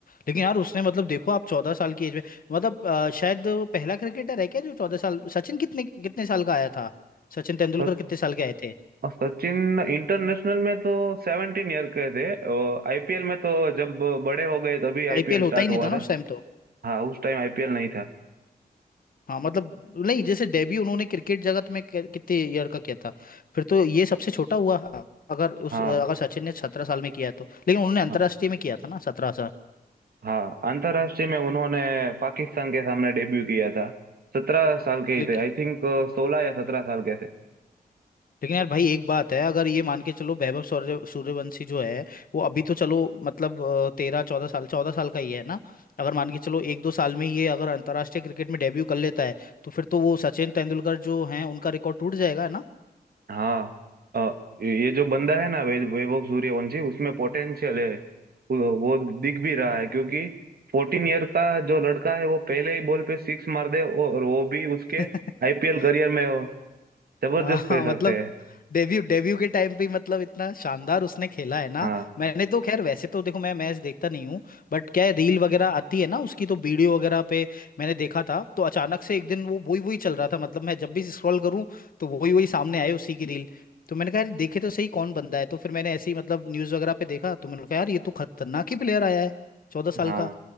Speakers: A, on the left; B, on the right.
A: लेकिन यार उसने मतलब देखो आप चौदह साल की एज में मतलब अ, शायद वो पहला क्रिकेटर है क्या जो चौदह साल सचिन कितने कितने साल का आया था सचिन तेंदुलकर
B: तो
A: कितने साल के आए थे
B: और सचिन इंटरनेशनल में तो सेवनटीन ईयर के थे और आईपीएल में तो जब बड़े हो गए तभी
A: आईपीएल
B: आईपीएल
A: होता
B: स्टार्ट
A: ही
B: हुआ
A: नहीं था ना
B: था
A: उस टाइम तो
B: हाँ उस टाइम आईपीएल नहीं था
A: हाँ मतलब नहीं जैसे डेब्यू उन्होंने क्रिकेट जगत में कि- कितने ईयर का किया था फिर तो ये सबसे छोटा हुआ अगर उस
B: हाँ
A: अगर सचिन ने सत्रह साल में किया है तो लेकिन उन्होंने अंतर्राष्ट्रीय
B: हाँ
A: में किया था ना सत्रह
B: हाँ अंतर्राष्ट्रीय में उन्होंने पाकिस्तान के सामने डेब्यू किया था सत्रह साल के ही
A: साल
B: थे आई थिंक सोलह या सत्रह साल के
A: लेकिन यार भाई एक बात है अगर ये मान के चलो वैभव सूर्य सूर्यवंशी जो है वो अभी तो चलो मतलब तेरह चौदह साल चौदह साल का ही है ना अगर मान के चलो एक दो साल में ये अगर अंतर्राष्ट्रीय क्रिकेट में डेब्यू कर लेता है तो फिर तो वो सचिन तेंदुलकर जो हैं उनका रिकॉर्ड टूट जाएगा है ना
B: हाँ अ, ये जो बंदा है ना वै- वैभव सूर्यवंशी उसमें पोटेंशियल है वो वो दिख भी रहा है क्योंकि फोर्टीन ईयर का जो लड़का है वो पहले ही बॉल पे सिक्स मार दे और वो भी उसके
A: <laughs>
B: आईपीएल करियर में वो जबरदस्त
A: हाँ हाँ,
B: कह
A: मतलब
B: सकते हैं
A: डेब्यू डेब्यू के टाइम पे ही मतलब इतना शानदार उसने खेला है ना
B: हाँ
A: मैंने तो खैर वैसे तो देखो मैं मैच देखता नहीं हूँ बट क्या है रील वगैरह आती है ना उसकी तो वीडियो वगैरह पे मैंने देखा था तो अचानक से एक दिन वो वही वही चल रहा था मतलब मैं जब भी स्क्रॉल करूँ तो वही वही सामने आए उसी की रील तो मैंने कहा यार देखे तो सही कौन बंदा है तो फिर मैंने ऐसे ही मतलब न्यूज़ वगैरह पे देखा तो मैंने कहा यार ये तो खतरनाक ही प्लेयर आया है चौदह साल
B: हाँ
A: का